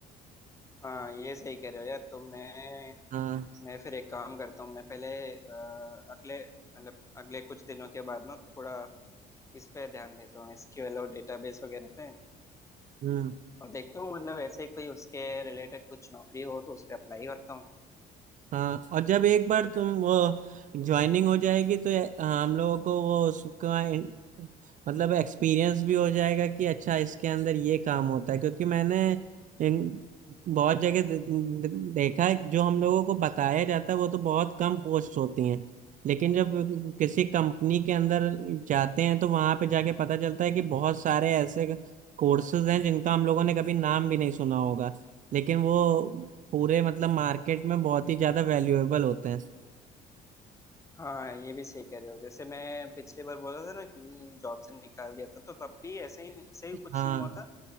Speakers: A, on the left (about 15°); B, on the right (about 50°).
A: हाँ ये सही कह रहे हो यार तो मैं
B: हाँ
A: मैं फिर एक काम करता हूँ मैं पहले अ, अगले मतलब अगले कुछ दिनों के बाद ना थोड़ा इस पे ध्यान देता हूँ एसक्यूएल और डेटाबेस वगैरह पे
B: हम्म
A: और देखता हूँ मतलब ऐसे ही कोई उसके रिलेटेड कुछ नौकरी हो तो उस पे अप्लाई करता हूँ
B: हाँ और जब एक बार तुम वो ज्वाइनिंग हो जाएगी तो ये- हाँ, हम लोगों को वो उसका इन- मतलब एक्सपीरियंस भी हो जाएगा कि अच्छा इसके अंदर ये काम होता है क्योंकि मैंने इन बहुत जगह दे- दे- देखा है जो हम लोगों को बताया जाता है वो तो बहुत कम पोस्ट होती हैं लेकिन जब किसी कंपनी के अंदर जाते हैं तो वहां पे जाके पता चलता है कि बहुत सारे ऐसे कोर्सेज हैं जिनका हम लोगों ने कभी नाम भी नहीं सुना होगा लेकिन वो पूरे मतलब मार्केट में बहुत ही ज्यादा वैल्यूएबल होते हैं
A: हाँ ये भी सही कह रहे हो जैसे मैं पिछली बार बोला था ना कि जॉब से निकाल दिया था तो तब भी ऐसे ही ऐसे ही कुछ
B: हाँ
A: सीन हुआ था